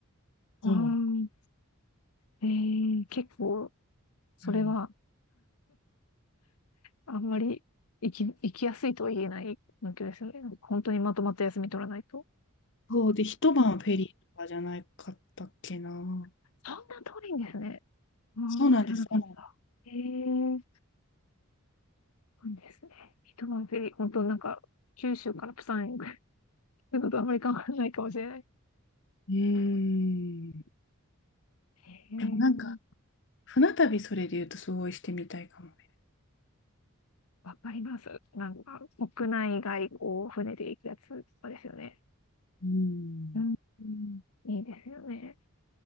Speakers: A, on the left; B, on the left.
A: あー
B: そ
A: えー結構、それは、
B: う。うん、
A: あんまり行き、行きやすいとは言えない環境ですよね。なんか本当にまとまった休み取らないと。
B: そうで、一晩フェリーとかじゃないかったっけな。
A: うんそんな遠いんですね。ああ、
B: そうなんです、
A: 知らなかった。
B: そうなんです。
A: ええそうなんですね。一晩フェリー、本当なんか、九州からプサンへ行くのとあんまり変わらないかもしれない。
B: うーん。
A: へえ。
B: でもなんか、船旅それで言うとすごいしてみたいかもね。
A: わかります。なんか、国内外こう、船で行くやつとかですよね。
B: うん。
A: うん。うんいいですよね。